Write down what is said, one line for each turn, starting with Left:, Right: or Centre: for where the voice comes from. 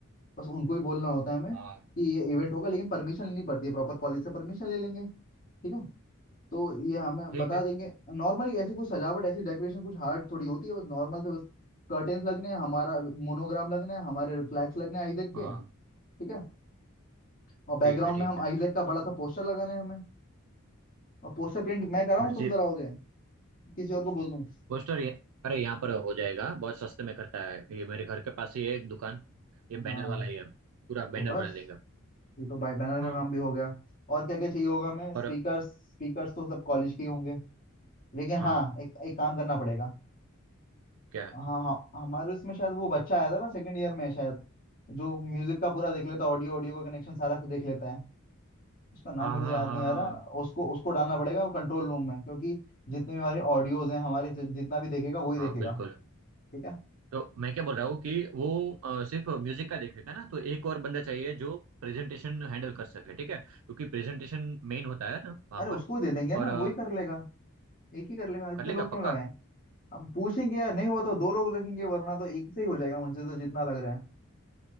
Left: बस उनको ही बोलना होता है हमें
Right: हाँ
Left: कि ये इवेंट होगा लेकिन परमिशन लेनी पड़ती है प्रॉपर कॉलेज से परमिशन ले लेंगे ठीक है तो ये हमें
Right: ठीक
Left: बता
Right: है
Left: देंगे नॉर्मली ऐसी कुछ सजावट ऐसी डेकोरेशन कुछ हार्ड थोड़ी होती है बस नॉर्मल से बस कर्टेन्स लगने हैं हमारा मोनोग्राम लगना है हमारे फ्लैग्स लगने हैं आइजैक
Right: हाँ
Left: के ठीक है और बैकग्राउंड
Right: ठीक है ठीक
Left: में हम
Right: है
Left: आइजैक का बड़ा सा पोस्टर लगाना है हमें और पोस्टर प्रिंट मैं कराऊं
Right: और
Left: तुम
Right: जी
Left: कराओगे किसी और को बोल दूं
Right: पोस्टर ये अरे यहाँ पर हो जाएगा बहुत सस्ते में करता है ये मेरे घर के पास ही है एक दुकान ये
Left: हाँ
Right: बैनर वाला ही है पूरा
Left: तो
Right: बैनर
Left: बस
Right: बना देगा
Left: ये तो बाय बैनर का
Right: हाँ
Left: काम भी हो गया और क्या क्या चाहिए होगा हमें स्पीकर्स
Right: और
Left: स्पीकर्स तो सब कॉलेज के ही होंगे लेकिन हाँ
Right: हाँ
Left: एक एक काम करना पड़ेगा
Right: क्या
Left: हाँ हाँ हमारे उसमें शायद वो बच्चा आया था ना सेकंड ईयर में शायद जो म्यूजिक का पूरा देख लेता है, ऑडियो ऑडियो का कनेक्शन सारा देख लेता है उसका नाम
Right: हाँ
Left: मुझे
Right: हाँ
Left: याद
Right: हाँ
Left: नहीं आ
Right: हाँ
Left: रहा उसको उसको डालना पड़ेगा वो कंट्रोल रूम में क्योंकि जितने भी हमारे ऑडियोज हैं हमारे जि- जितना भी देखेगा वही देखेगा
Right: हाँ बिल्कुल
Left: ठीक है
Right: तो मैं क्या बोल रहा हूँ कि वो अ, सिर्फ म्यूजिक का देखेगा ना तो एक और बंदा चाहिए जो प्रेजेंटेशन हैंडल कर सके ठीक है क्योंकि प्रेजेंटेशन मेन होता है ना वहाँ
Left: अरे उसको
Right: पर
Left: दे देंगे ना
Right: और अ,
Left: वही कर लेगा एक ही कर लेगा इतने
Right: कर लेगा
Left: लोग क्यों
Right: पक्का
Left: लगाए हम पूछेंगे यार नहीं हो तो दो लोग रखेंगे वरना तो एक से ही हो जाएगा मुझे तो जितना लग रहा है